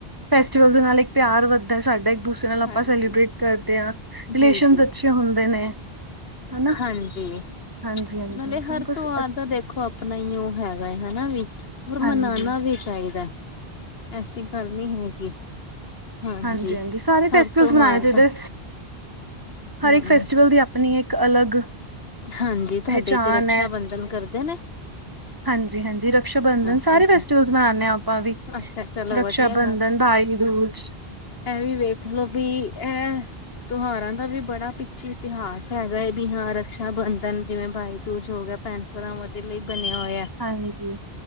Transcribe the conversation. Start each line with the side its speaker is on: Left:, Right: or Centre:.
Right: ਫੈਸਟੀਵਲ ਦੇ ਨਾਲ ਇੱਕ ਪਿਆਰ ਵੱਧਦਾ ਸਾਡਾ ਇੱਕ ਦੂਜ ਨਾਲ ਆਪਾਂ
Left: ਹਾਂਜੀ,
Right: ਸੈਲੀਬ੍ਰਟ ਕਰਦੇ ਆਂ,
Left: ਜੀ-ਜੀ,
Right: ਰਿਲੇਸ਼ਨ ਅੱਛੇ ਹੁੰਦੇ ਨੇ। ਹਨਾ
Left: ਹਾਂਜੀ।
Right: ਹਾਂਜੀ ਹਾਂਜੀ
Left: ਨਾਲੇ ਹਰ
Right: ਬਸ
Left: ਤਿਉਹਾਰ ਦਾ ਦੇਖੋ ਆਪਣਾ ਹੀ ਉਹ ਹੈਗਾ ਏ ਹਨਾ ਵੀ। ਔਰ
Right: ਹਾਂਜੀ
Left: ਮਨਾਉਨਾ ਵੀ ਚਾਹੀਦਾ। ਐਸੀ ਗੱਲ ਨੀ ਹੈਗੀ। ਹਾਂਜੀ
Right: ਹਾਂਜੀ-ਹਾਂਜੀ ਸਾਰੇ
Left: ਹਰ
Right: ਫੈਸਟੀਵਲਸ
Left: ਤਿਉਹਾਰ
Right: ਮਨਾਣੇ ਚਾਹੀਦੇ,
Left: ਦਾ ਹੂੰ
Right: ਹਰ ਇੱਕ ਫੈਸਟੀਵਲ ਦੀ ਆਪ ਆਪਨੀ ਇੱਕ ਅਲੱਗ,
Left: ਹਾਂਜੀ ਤਾਡੇ
Right: ਪਹਿਚਾਣ
Left: 'ਚ ਰਕਸ਼ਾ ਬੰਧਨ ਕਰਦੇ ਨੇ।
Right: ਹਾਂਜੀ-ਹਾਂਜੀ ਰਕਸ਼ਾ ਬੰਧਨ
Left: ਅੱਛਾ
Right: ਸਾਰੇ
Left: ਅੱਛਾ
Right: ਫੈਸਟੀਵਲ ਮਨਾਂਦੇ ਆਪਾਂ ਵੀ।
Left: ਅੱਛਾ ਚਲੋ
Right: ਰਕਸ਼ਾ
Left: ਵਧੀਆ
Right: ਬੰਧਨ, ਭਾਈ ਦੂਜ।
Left: ਐਵੇ ਵੇਖ ਲੋ ਵੀ ਐਂ। ਤਿਉਹਾਰਾਂ ਦਾ ਵੀ ਬੜਾ ਪਿੱਛੇ ਇਤਿਹਾਸ ਹੈਗਾ ਏ ਬਿਹਾਰ। ਰਕਸ਼ਾ ਬੰਧਨ, ਜਿਵੇਂ ਬਾਈ ਦੂਜ ਹੋ ਗਿਆ ਭੈਣ ਭਰਾਵਾਂ ਦੇ ਲਈ ਬਣਿਆ ਹੋਇਆ
Right: ਹਾਂਜੀ